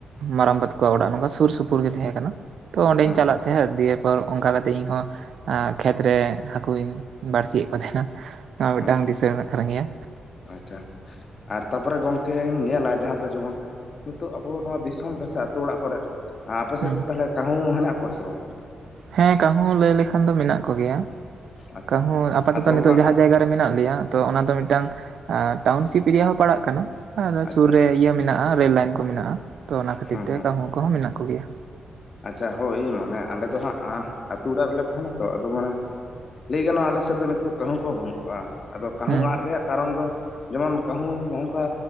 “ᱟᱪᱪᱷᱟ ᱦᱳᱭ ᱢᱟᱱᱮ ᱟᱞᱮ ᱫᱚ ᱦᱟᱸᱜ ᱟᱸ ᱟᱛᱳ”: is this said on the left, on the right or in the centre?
Left